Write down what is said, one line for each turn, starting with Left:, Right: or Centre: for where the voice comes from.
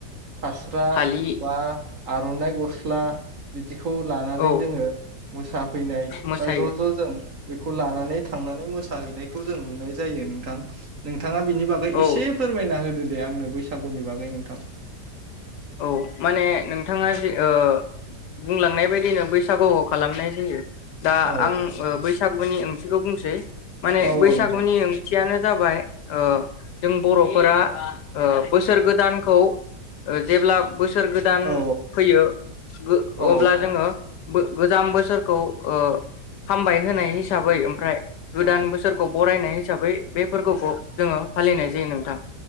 Right: फास्रा
Left: फालि
Right: बा आर'नाइ गस्ला बिदिखौ लानानै
Left: औ
Right: जोङो मोसाफैनाय
Left: मोसायो
Right: बा ज' ज' जों बेखौ लानानै थांनानै मोसाहैनायखौ जों नुनाय जायो नोंथां नोंथाङा बिनि बागै
Left: औ
Right: एसे फोरमायना होदो दे आंनो बैसागुनि बागै नोंथां
Left: औ माने नोंथाङा जे ओ बुंलांनाय बायदिनो बैसागुआव खालामनाय जायो दा
Right: औ
Left: आं ओ बैसागुनि ओंथिखौ बुंसै माने
Right: औ
Left: बैसागुनि
Right: औ नोंथां
Left: ओं थियानो जाबाय ओ जों बर'फोरा ओ बोसोर गोदानखौ ओ जेब्ला बोसोर गोदान
Right: औ
Left: फैयो गो
Right: औ
Left: अब्ला जोङो बो गोजाम बोसोरखौ ओ हामबाय होनाय हिसाबै ओमफ्राय गोदान
Right: औ
Left: बोसोरखौ बरायनाय हिसाबै बे फोरबोखौ जोङो फालिनाय जायो नोंथां